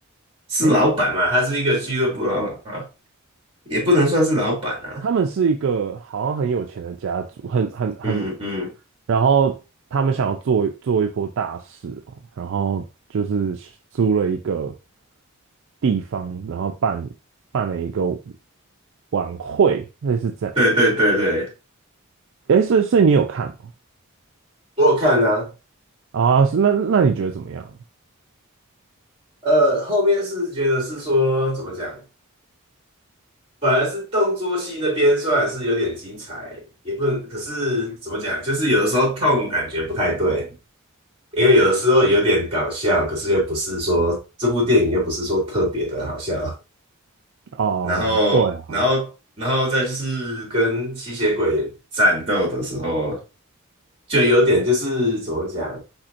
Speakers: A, on the right; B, on the right.
A: 是老板嘛？
B: 诶，
A: 他是一个俱乐部老板啊，也不能算是老板啊。
B: 他们是一个好像很有钱的家族，很很很，
A: 嗯嗯，
B: 然后他们想要做做一波大事哦，然后就是租了一个地方，然后办办了一个晚会，类似这样。
A: 对对对对，
B: 诶，所以所以你有看哦？
A: 我有看啊。
B: 啊，是那那你觉得怎么样？
A: 呃，后面是觉得是说怎么讲，反而是动作戏那边算是有点精彩，也不能，可是怎么讲，就是有的时候痛感觉不太对。因为有的时候有点搞笑，可是又不是说这部电影又不是说特别的好笑，
B: 啊，
A: <laughs> 然后然后然后再就是跟吸血鬼战斗的时候，
B: 对啊。
A: 就有点就是怎么讲，